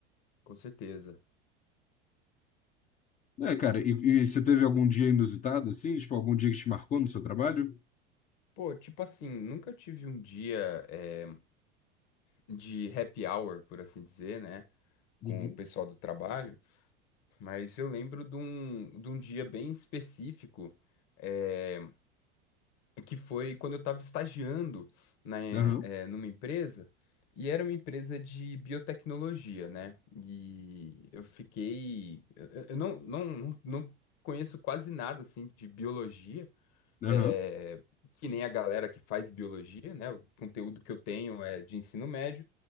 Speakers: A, on the left (about 55°); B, on the left (about 25°).
A: Com certeza.
B: É, cara, e, e você teve algum dia inusitado, assim? Tipo, algum dia que te marcou no seu trabalho?
A: Pô, tipo assim, nunca tive um dia eh, de happy hour, por assim dizer, né?
B: Uhum.
A: Com o pessoal do trabalho, mas eu lembro de um, de um dia bem específico. eh, que foi quando eu estava estagiando na, eh,
B: Aham,
A: eh, numa empresa, e era uma empresa de biotecnologia, né? E eu fiquei. Eu, eu- eu não, não, não não conheço quase nada assim de biologia,
B: aham,
A: eh, que nem a galera que faz biologia, né? O conteúdo que eu tenho é de ensino médio.